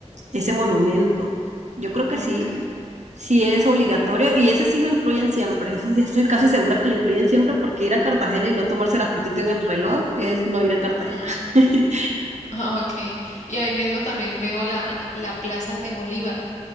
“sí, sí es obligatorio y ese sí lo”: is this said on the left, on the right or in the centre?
Right